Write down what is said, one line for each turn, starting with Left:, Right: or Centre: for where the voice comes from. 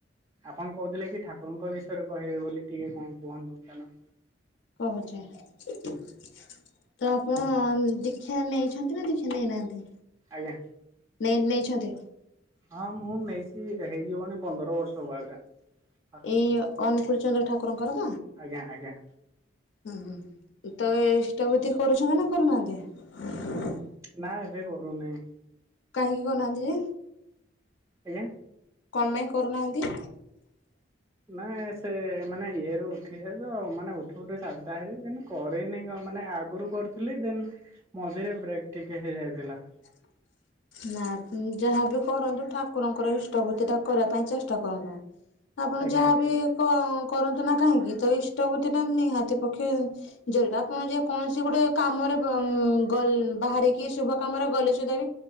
Right: ଆପଣ କହୁଥିଲେ କି ଠାକୁରଙ୍କ ବିଷୟରେ କହିବେ ବୋଲି ଟିକେ କଣ କୁହନ୍ତୁ କାରଣ
Left: କହୁଛି ତ ଆପଣ ଦିକ୍ଷ୍ୟ ନେଇଛନ୍ତି ନା ଦିକ୍ଷ୍ୟ ନେଇନାହାନ୍ତି?
Right: ଆଜ୍ଞା
Left: ନେ ନେଇଛନ୍ତି
Right: ହଁ ମୁଁ ନେଇଛି। ହେଇଯିବଣି ପନ୍ଦର ବର୍ଷ ହବ ଆଜ୍ଞା। ପାଖାପାଖି।
Left: ଏଇ ଅନୁକୁୂଳ ଚନ୍ଦ୍ର ଠାକୁରଙ୍କର
Right: ଆଜ୍ଞା ଆଜ୍ଞା
Left: ହୁଁ ତ ଇଷ୍ଟଭୃତି କରୁଛନ୍ତି ନା କରୁନାହାନ୍ତି?
Right: ନା ଏବେ କରୁନି
Left: କାହିଁକି କହୁନାହାନ୍ତି ଯେ,
Right: ଆଜ୍ଞା
Left: କଣ ପାଇଁ କରୁନାହାନ୍ତି?
Right: ମାନେ ସେ ମାନେ ଇଏ ରୁ ଉଠିଯାଏ ତ ମାନେ ଉଠୁ ଉଠୁ ସାତଟା ହେଇଯାଏ ଦେନ୍ କରିନି ମାନେ ଆଗରୁ କରିଥିଲି ଦେନ୍ ମଝିରେ ବ୍ରେକ୍ ଟିକେ ହେଇଯାଇଥିଲା।
Left: <inaudible> ନା ଯାହାବି କରନ୍ତୁ ଠାକୁରଙ୍କର ଇଷ୍ଟଭୃତି ଟା କରିବା ପାଇଁ ଚେଷ୍ଟା କରନ୍ତୁ। ଆପଣ
Right: ଆଜ୍ଞା
Left: ଯାହାବି କ କରନ୍ତୁ ନା କାହିଁକି ତ ଇଷ୍ଟଭୃତି ଟା ନିହାତି ପକ୍ଷେ ଆପଣ ଯେ କୌଣସି ଗୋଟେ କାମରେ ଗ ବାହାରିକି ଶୁଭ କାମରେ ଗଲେ ସୁଧା ବି